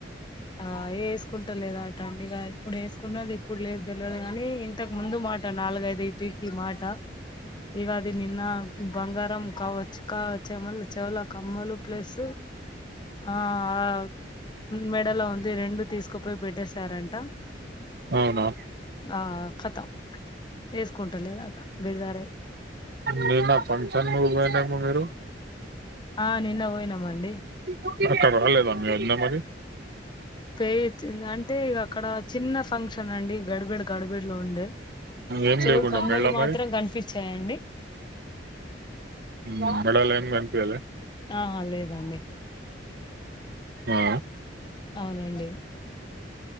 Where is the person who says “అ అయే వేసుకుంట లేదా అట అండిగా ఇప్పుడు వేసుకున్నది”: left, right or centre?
Left